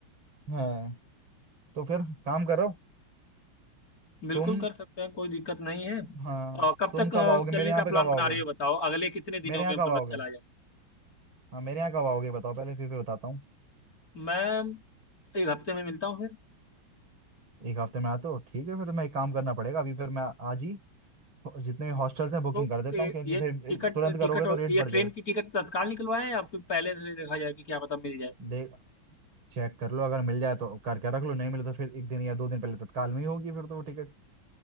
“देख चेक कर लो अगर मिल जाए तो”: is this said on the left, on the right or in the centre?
Right